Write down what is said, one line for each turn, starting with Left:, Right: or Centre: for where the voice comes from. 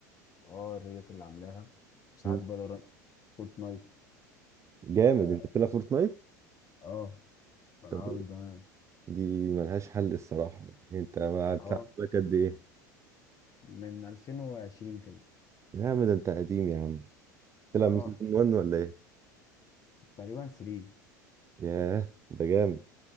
Left: اه الريوت اللي عاملاها وساعات
Right: مم.
Left: فالورانت فورتنايت
Right: جامد
Left: اه
Right: أنت بتلعب فورتنايت؟
Left: آه، بلعبها
Right: طب إيه؟
Left: من زمان
Right: دي ملهاش حل الصراحة يعني أنت بتلعب
Left: اه
Right: لك قد إيه؟
Left: من 2020 كده
Right: يا عم ده أنت قديم يا عم تلعب
Left: اه
Right: من سيزون 1 ولا ايه؟
Left: تقريبا 3
Right: ياه ده جامد